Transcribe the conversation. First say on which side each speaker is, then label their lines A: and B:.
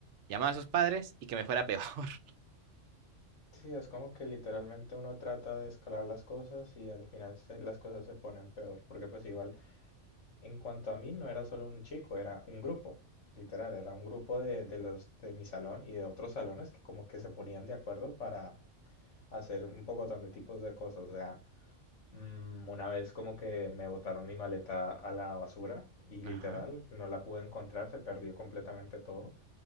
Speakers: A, on the right (about 70°); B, on the left (about 70°).
A: llamar a sus padres y que me fuera peor. <laughs>
B: Sí, es como que literalmente uno trata de escalar las cosas y al final se- las cosas se ponen peor, porque pues igual, en cuanto a mí, no era solo un chico, era un grupo, literal, era un grupo de, de los de mi salón y de otros salones que como que se ponían de acuerdo para hacer un poco de tipos de cosas, o sea, Mm, Una vez como que me botaron mi maleta a la basura y
A: Ajá.
B: literal no la pude encontrar, se perdió completamente todo.